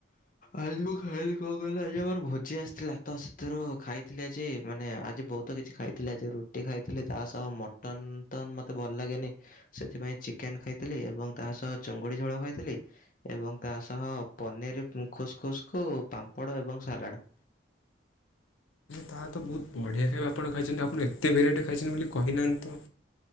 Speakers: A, on the left; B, on the left.
A: ଆଜି ମୁଁ ଖାଇଲି କଣ କହିଲ ଆଜି ଆମର ଭୋଜି ଆସିଥିଲା ତ ସେଥିରୁ ଖାଇ ଖାଇଥିଲି ଆଜି ମାନେ ଆଜି ବହୁତ କିଛି ଖାଇଥିଲେ ରୁଟି ଖାଇଥିଲି ତା ସହ ମୋଟ ତନ ତନ ମତେ ଭଲ ଲାଗେନି ସେଥିପାଇଁ ଚିକେନ ଖାଇଥିଲି ଏବଂ ତା ସହ ଚୁଙ୍ଗୁଡ଼ି ଝୋଳ ଖାଇଥିଲେ? ଏବଂ ତା ସହ ପନିର ଖୁସ୍ ଖୁସ୍ କୁ ପାମ୍ପଡ଼ ଏବଂ ସାଲାଡ଼।
B: ତାହାତ ବହୁତ ବଢ଼ିଆ ଖାଇବା ଆପଣ ଖାଇଛନ୍ତି ଆପଣ ଏତେ ଭେରାଇଟିରେ ଖାଇଛନ୍ତି ବୋଲି କହିନାହାନ୍ତି ତ?